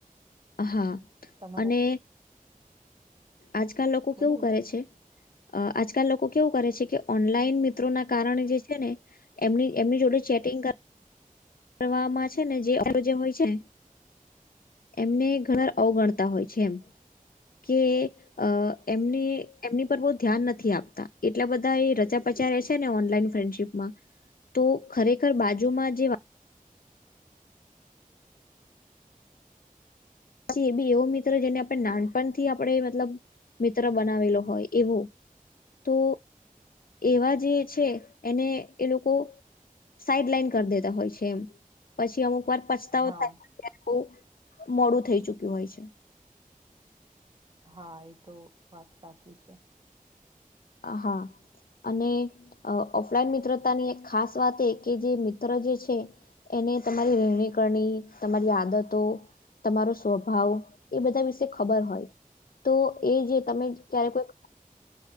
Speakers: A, on the left; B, on the right.
A: હા
B: તમારું
A: અને આજકાલ લોકો
B: બોલો
A: કેવું
B: બોલો
A: કરે છે. અ આજકાલ લોકો કેવું કરે છે કે ઓનલાઈન મિત્રો ના કારણે જે છે ને. એમની એમની જોડે ચેટિંગ. કરમાં છે ને જે આપડ જે હોય છે. એમને ઘણાર અવગણતા હોય છે એમ કે અ. એમની એમની પર બ. ધ્યાન નથી આપતા એટલા બધા એ રચા પચા રહે છે ને ઓનલાઈન ફ્રેન્ડશીપમાં. તો ખરેખર બાજુમાં જે. પછી એ બી એવો મિત્ર જેને આપણે નાનપણથી આપણે મતલબ મિત્ર બનાવેલો હોય એવો. તો એવા જે છે એને એ લોકો. સાઈડ લઈન કરી દેતા હોય છે એમ પછી અમુક વાર. પછતાવો
B: હા
A: થાય બહ મોડું થઈ ચુક્યું હોય છે.
B: હા એ તો વાત સાચી છે.
A: હ હા. અને ઓફલાઈન મિત્રતાની એક ખાસ વાત એ કે જે મિત્ર જે છે. એને તમારી રહેેણી કરણી તમારી આદતો. તમારો સ્વભાવ એ બધા વિશે ખબર હોય. તો એ જે તમે ક્યારે કોઈ.